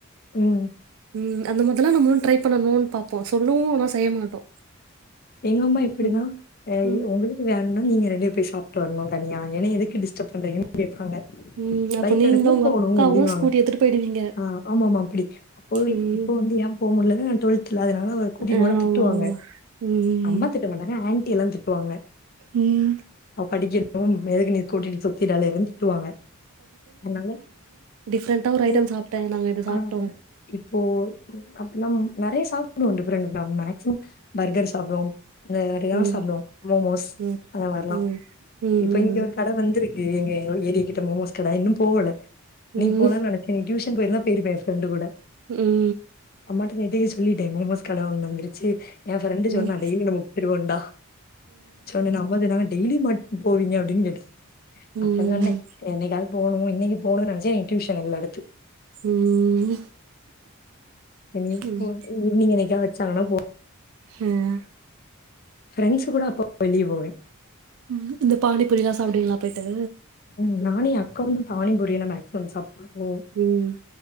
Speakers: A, on the left; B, on the right.
A: ம்
B: ம் அந்த மாதுலா நம்முளு ட்ரை பண்ணனு பாப்போ சொல்லுவோ ஆனா செய்ய மாட்டோ
A: எங்கம்மா இப்டிதா
B: ம்
A: எ
B: ம்
A: இ ஒங்ளு வேணுன்னா நீங்க ரெண்டு போ் சாப்ட்டு வரனு தனியா என்னய எதுக்கு டிஸ்டப் பண்றீங்க கேப்பாங்க
B: ம் அப்ப
A: பைக்
B: நீங்களு
A: எடுக்னு
B: உங்க
A: போணு
B: அக்காவு
A: அப்டின்வாங்க
B: ஸ்கூட்டி எடுத்துட்டு போயிடுவீங்க
A: ஆ ஆம்மாமா அப்பிடி அப்போது
B: ம்
A: இப்போ வந்து ஏ போ முல்லன்னு டுவல்த்ல அதுனால அவள கூட்டிட்டு
B: ஆமா
A: போனா திட்டுவாங்க
B: ஆமா ம்
A: அம்மா திட்ட மாட்டாங்க ஆண்ட்டி எல்லா திட்டுவாங்க
B: ம்
A: அவ படிக்கி <unintelligible> எதுக் நீ கூட்டிட்டு சுத்திட்டு அலையறேன் திட்டுவாங்க அதனால
B: டிஃப்ரண்டா ஒரு
A: இப்போ
B: ஐட்டம் சாப்ட்ட நாங்க இது சாப்ட்டோ
A: ஆ இப்போ அப்டினா நெறைய சாப்டுவோ டிஃபரண்ட் <unintelligible> மேக்ஸிமம் பர்கர் சாப்டுவோ இங்க நெறையா
B: ம்
A: சாப்டுவோ மோமோஸ்
B: ம்
A: அந்த மாரிலா
B: ம் ம்
A: இப்போ
B: ம்
A: இங்க ஒரு கட வந்திருக் எங்க ஏரியா கிட்ட மோமோஸ் கட இன்னு போகல இன்னைக்
B: ம்
A: போலான்
B: ம்
A: நெனச்சே நீ டியூஷன் போயிருந்தா போயிருப்பே எ ஃப்ரெண்டு கூட
B: ம்
A: அம்மாட்ட நேத்தே சொல்லிட்டே மோமோஸ் கட ஒன்னு வந்துருச்சி எ ஃப்ரண்டு
B: ம்
A: மொக்கிருவோண்டா சொன்னனா அம்மா சொன்னாங்க டெய்லி மாட் போவீங்க அப்டின் கேட்டாங்க
B: ம்
A: அப்ற சொன்னே என்னைக்காவது போனு இன்னைக்கு போணுன் நெனச்சே டியூஷன் இல்ல அடுத்து
B: ம்
A: எங்கியு
B: ம்
A: போனு ஈவ்னிங் என்னைக்கா வெச்சாங்கனா போ
B: ம்
A: ஃப்ரெண்ட்ஸ் கூட அப்பப் வெளிய போவே
B: ம் இந்த பானி பூரிலா சாப்டுவீங்களா போய்ட்டு
A: ம் நானு எ அக்காவு தா பானி பூரி எல்லா மேக்சிமம் சாப்புடுவோ
B: ம்